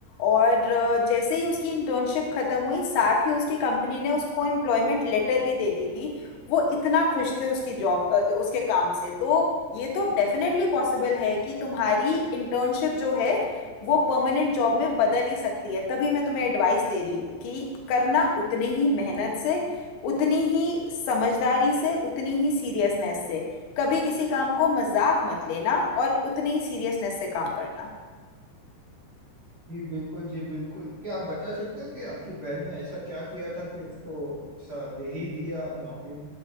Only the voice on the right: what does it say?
जी बिल्कुल जी बिल्कुल क्या आप बता सकते हो कि आपकी बहन ने ऐसा क्या किया था कि उसको ऐसा दे ही दिया नौकरी